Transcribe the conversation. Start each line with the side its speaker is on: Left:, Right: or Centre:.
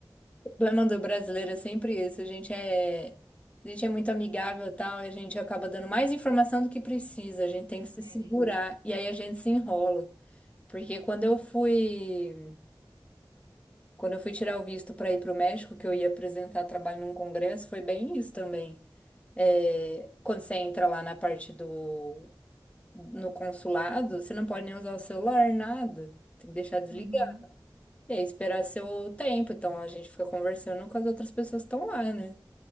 Left: <laughs> problema do brasileiro é sempre esse, a gente é, a gente é muito amigável e tal, e a gente acaba dando mais informação do que precisa, a gente tem
Right: <laughs>
Left: que se
Right: Pedem.
Left: segurar, e aí a gente se enrola. Porque quando eu fui, quando eu fui tirar o visto para ir para o México, que eu ia apresentar trabalho num congresso, foi bem isso também. É, quando você entra lá na parte do no consulado, você não pode nem usar o celular, nada. Tem que deixar desligado
Right: Uhum,
Left: E aí esperar seu tempo. Então a gente fica conversando com as outras pessoas que estão lá, né?